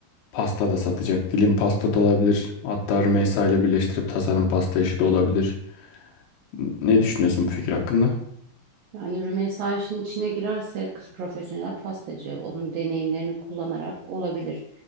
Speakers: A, on the left; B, on the right.
A: pasta da satacak. Dilim pasta da olabilir. Hatta Rümeysa ile birleştirip tasarım pasta işi de olabilir. N- Ne düşünüyorsun bu fikir hakkında?
B: Yani Rümeysa işin içine girerse kız profesyonel pastacı. Onun deneyimlerini kullanarak olabilir.